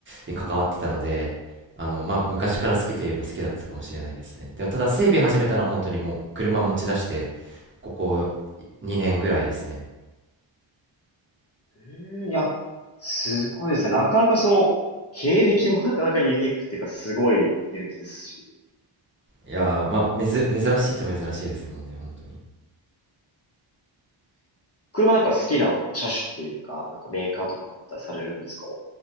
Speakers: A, on the right; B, on the left.
A: に関わってたので、あの、まあ、昔から好きといえば好きだったかもしれないですね。
B: え、
A: で、ただ、整備始めたのは本当にもう、車持ち出して、ここ2年ぐらいですね。
B: うんいや、すごいですね。なかなかその、経歴もなかなかユニークっていうか、すごい経歴ですし。
A: いやー、まあ、めず、珍しいと珍しいですもんね、本当に。
B: 車なんか好きな車種っていうか、なんかメーカーとかあったりされるんですか